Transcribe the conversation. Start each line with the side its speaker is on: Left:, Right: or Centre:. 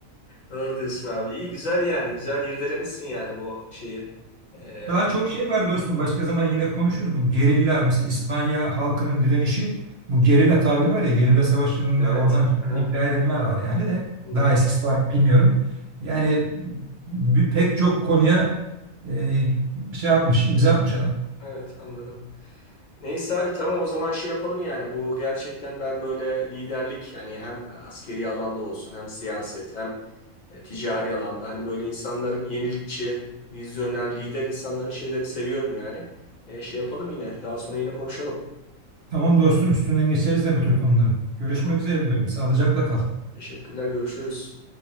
Left: Doğru diyorsun abi. İyi güzel yani. Güzel irdelemişsin yani bu şeyi. E,
Right: Daha çok şey var dostum. Başka zaman yine konuşuruz. Bu gerilla mesela İspanya halkının direnişi bu gerilla tabiri var ya gerilla savaşlarında
Left: Evet.
Right: oradan çıktığını
Left: Aha,
Right: iddia edenler var yani de
Left: anladım.
Right: daha eskisi var mı bilmiyorum. Yani bir, pek çok konuya e, şey yapmış, imza atmış adam.
Left: Evet anladım. Neyse abi tamam o zaman şey yapalım yani bu gerçekten ben böyle liderlik yani hem askeri alanda olsun hem siyaset hem e, ticari alanda hani böyle insanların yenilikçi, vizyoner, lider insanların şeylerini seviyorum yani. E, şey yapalım yine daha sonra yine konuşalım.
Right: Tamam dostum üstünden geçeriz de bu tür konuların. Görüşmek
Left: Tamam
Right: üzere diyorum. Sağlıcakla kal.
Left: teşekkürler görüşürüz.